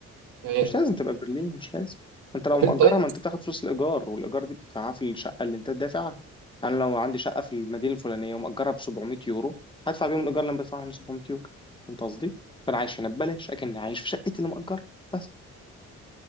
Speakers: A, on the right; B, on the left.
A: يعني
B: مش لازم تبقى برلين مش لازم انت لو
A: ما فين
B: مأجرها
A: طيب
B: ما انت بتاخد فلوس الايجار والايجار دي بتدفعها في الشقه اللي انت دافعها انا لو عندي شقه في المدينه الفلانيه ومأجرها ب 700 يورو هدفع بيهم الايجار اللي انا بدفعه هنا 700 يورو فهمت قصدي فانا عايش هنا ببلاش اكن عايش في شقتي اللي مأجرها بس